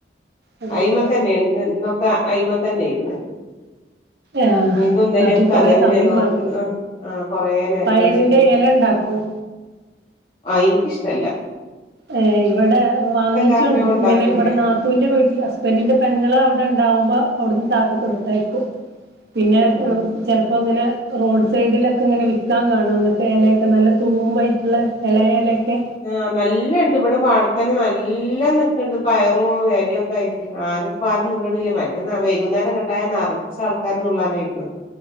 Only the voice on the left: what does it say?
അയിമ തന്നെയാണ് ഇന്നൊക്കെ അയിമ തന്നെയായിര്ന്ന്
ഇന്നും ഇന്നലെ
ഒക്കെ
അതന്നെ
നോർക്ക
ആഹ് കൊറെ നേരം
വെച്ചിട്ട്
ആഹ് എനിക്കിഷ്ട്ടല്ല
കാരണം ഞാൻ ഉണ്ടാക്കൂല്ല
ആഹ്
ആഹ് ആഹ്
ആഹ് നല്ല ഇണ്ട് ഇവിടെ പാടത്തന്നെ നല്ല നിക്ക്ണ്ട് പയറും എലയും ഒക്കെ ആയി റ്റ് ആരുംപ്പ ആരും നുള്ള്ണില്ല മറ്റേ വൈകുന്നേരങ്ങട്ടായ നറച്ച് ആൾക്കാര് നുള്ളാനായിരിക്കും